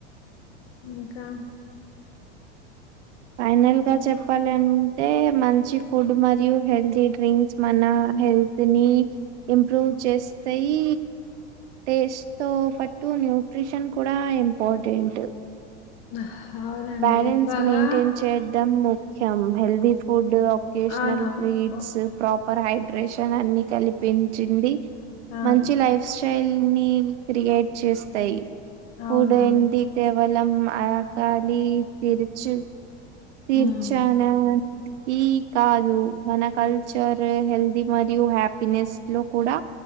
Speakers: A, on the left (about 65°); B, on the right (about 80°).
A: ఇంకా
B: ఫైనల్ గా చెప్పాలంటే మంచి ఫుడ్ మరియు హెల్తీ డ్రింక్స్ మన హెల్త్ దని ఇంప్రూవ్ చేస్తాయి టేస్ట్ తో పటు న్యూట్రిషన్ కూడా ఇంపార్టెంట్
A: <inaudible>
B: బ్యాలన్స్
A: ఎక్కువగా
B: మెయింటైన్ చేయడం ముఖ్యం హెల్ది ఫుడ్ ఒకేషనల్
A: అవును.
B: ట్రీట్స్
A: ఓహ్!
B: ప్రాపర్ హైడ్రేషన్ అన్ని కల్పించింది
A: అవును.
B: మంచి లైఫ్ స్టైల్ ని క్రియేట్ చేస్తాయి
A: అవునండి.
B: కూంటి కేవలం అరకాలి తిరుచి తీర్చానా
A: హ్మ్.
B: ఈ కాదు మన కల్చర్ హెల్తీ మరియు హ్యాపీనెస్ లో కూడా